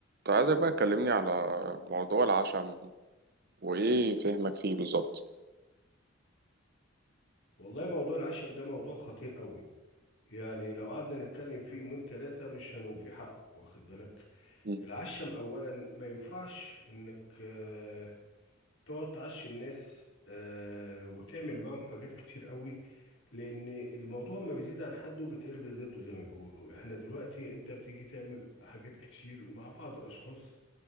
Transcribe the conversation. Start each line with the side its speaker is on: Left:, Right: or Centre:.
Right: كنت عايزك بقى تكلمني على موضوع العشم وإيه فهمك فيه بالظبط
Left: والله موضوع العشم ده موضوع خطير قوي يعني لو قعدنا نتكلم فيه يومين ثلاثة مش هنوفي حقه واخد بالك
Right: مم.
Left: العشم أولا ما ينفعش إنك آه، تقعد تعشم ناس آه، وتعمل معاهم حاجات كتير قوي لأن الموضوع ما بيزيد عن حده بيتقلب لضده زي ما بيقولوا إحنا دلوقتي أنت بتيجي تعمل حاجات كتير مع بعض الأشخاص